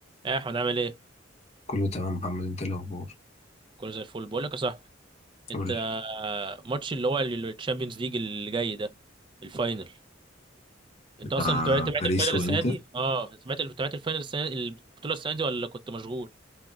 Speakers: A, on the right; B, on the left.
A: ايه احمد عامل ايه؟
B: كله تمام محمد انت ايه الاخبار
A: كله زي الفل بقول لك يا صاحبي انت
B: قول لي.
A: آه، ماتش اللي هو الشامبيونز ليج اللي جاي ده الفاينل انت اصلا
B: مع
A: انت تابعت
B: باريس
A: الفاينل
B: وانتر
A: السنه دي؟ اه تابعت تابعت الفاينل السنه البطوله السنه دي ولا كنت مشغول؟